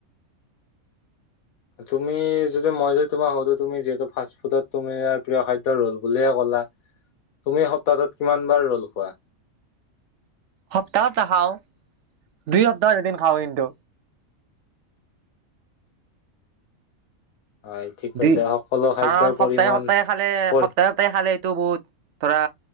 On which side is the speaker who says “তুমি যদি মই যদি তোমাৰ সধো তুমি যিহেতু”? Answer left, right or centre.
Left